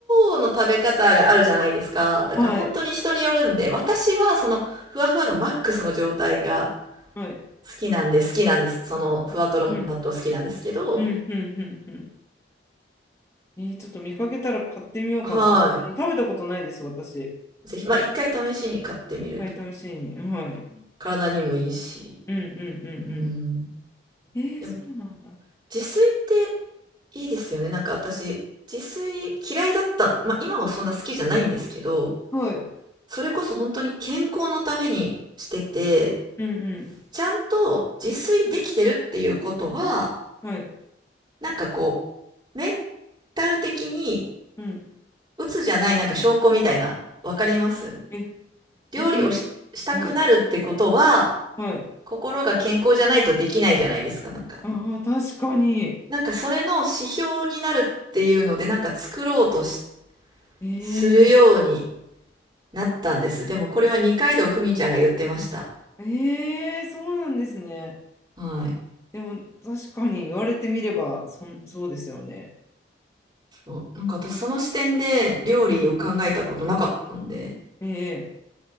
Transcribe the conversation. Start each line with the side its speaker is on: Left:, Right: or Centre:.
Right: 豆の食べ方があるじゃないですか。だから本当に人によるんで、
Left: はい、
Right: 私はそのふわふわがマックスの状態が
Left: はい。
Right: 好きなんで、好きなんです。その、ふわとろ納豆好きなんですけど、
Left: うんうんうんうんうん。えーちょっと見かけたら買ってみようかな。
Right: は
Left: あの食べたことないです、私。
Right: い。ぜひ、まあ、一回試しに買ってみると、
Left: 一回試しに。はい。
Right: 体にもいいし、
Left: うんうんうんうん。
Right: うん。
Left: えー、
Right: でも、
Left: そうなんだ。
Right: 自炊っていいですよね。なんか私、自炊嫌いだった。まあ、今もそんな好きじゃないんですけど、
Left: はい。
Right: それこそ本当に健康のためにしてて、
Left: うん
Right: ちゃんと自炊できてるっていうことは、
Left: うん。はい。
Right: なんかこう、メンタル的に、
Left: うん。
Right: 鬱じゃないなんか証拠みたいな、わかります
Left: え、
Right: 料理をし、
Left: えそういう。
Right: したくなるってことは、
Left: はい。はい。
Right: 心が健康じゃないとできないじゃないですか、なんか。
Left: ああ、確かに。
Right: なんかそれの指標になるっていうので、なんか作ろうとし
Left: えー、
Right: するようになったんです。でもこれは二階堂ふみちゃんが言ってました。
Left: えー、そうなんですね。
Right: はい。
Left: でも、確かに言われてみれば、そ、そうですよね。
Right: そうなんか私その視点で料理を考えたことなかったんで、
Left: うん。え